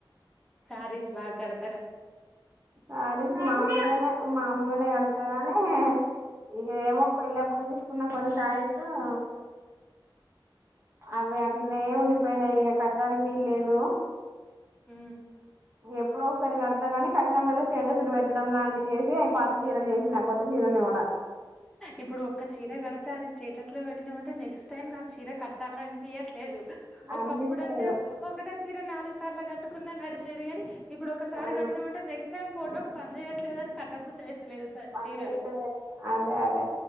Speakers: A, in the centre; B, on the right (about 30°).
A: సారీస్ బాకడత్
B: సారీస్ మాములుగనే మామూలుగానే కడతాగానే ఇగ ఏమో పెళ్ళప్పుడు తీస్ కున్నా కొన్ని సారిసు <inaudible> అవి అట్లనే ఉండిపోయినాయి ఇగ కట్టడానికి వీలు లేదు
A: ఉ
B: ఎప్పుడో ఒసారి కడతా కని కట్టినప్పుడల్లా స్టేటస్లు పెట్టడం లాంటి చేసి అయి పాత చీరలు చేసిన కొత్త చీరలుని కో
A: ఇప్పుడు ఒక్క చీర కడితే అది స్టేటస్ లో పెట్టినమంటే నెక్స్ టైం నా చీర కట్టాలనిపియట్లేదు ఒకప్పుడు
B: అనిపిస్తలేదు
A: అంటే ఒకట ఇరు నాలుగు సార్లు కట్టుకున్నాను నడిచేదిగాని ఇప్పుడు ఒకసారి
B: ఆ
A: కట్టినం అంటే నెక్స్ట్ టైమ్ ఫోటోకి పని చేయట్లేదు అని కట్టబుద్ధ లేదు స
B: పని
A: చీరలు
B: చేస్తలేదు అదే అదే